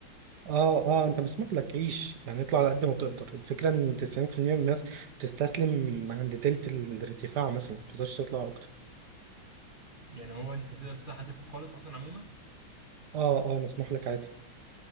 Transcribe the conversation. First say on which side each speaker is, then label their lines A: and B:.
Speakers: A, on the right; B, on the right.
A: اه اه انت مسموح لك تعيش يعني اطلع على قد ما تقدر الفكره ان 90% من الناس بتستسلم عند تلت الارتفاع مثلا ما تقدرش تطلع اكتر
B: يعني هو انت تقدر تطلع حد فوق خالص اصلا عموما
A: اه اه مسموح لك عادي